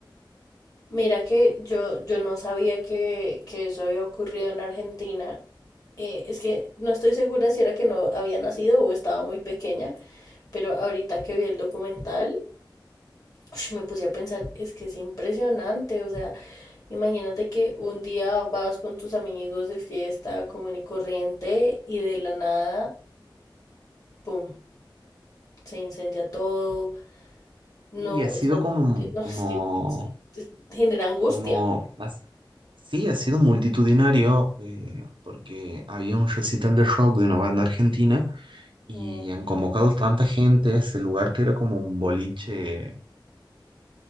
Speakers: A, on the left (about 45°); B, on the right (about 75°).
A: Mira que yo, yo no sabía que, que eso había ocurrido en Argentina. Eh, es que no estoy segura si era que no había nacido o estaba muy pequeña, pero ahorita que vi el documental, ush, me puse a pensar, es que es impresionante, o sea, Imagínate que un día vas con tus amigos de fiesta común y corriente y de la nada, ¡pum!, se incendia todo, no
B: Y ha sido
A: estás
B: como,
A: confundido, no,
B: como
A: es que es- es- genera angustia.
B: Como as- sí, ha sido multitudinario, eh, porque había un recital de rock de una banda argentina y
A: ¿no?
B: han convocado tanta gente a ese lugar que era como un boliche,